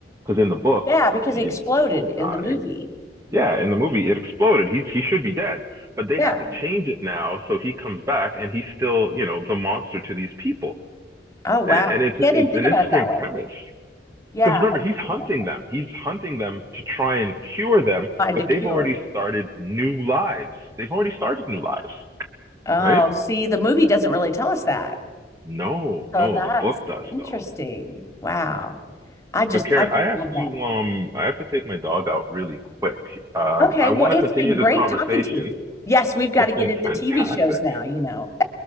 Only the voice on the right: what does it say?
because in the book,
he
didn't
die.
Yeah, in the movie it exploded. He's he should be dead, but they
have to change it now so he comes back and he's still, you know, the monster to these people.
And, and it's
it's
an
interesting
premise
because remember
he's hunting
them. He's hunting them to try and cure them,
but
they've already started new lives. They've already started new lives,
right?
No,
no,
the book does
though.
But Karen,
I have
to um I have to take my dog out really quick. Um,
I want
to continue
this conversation.
It's
been
fantastic.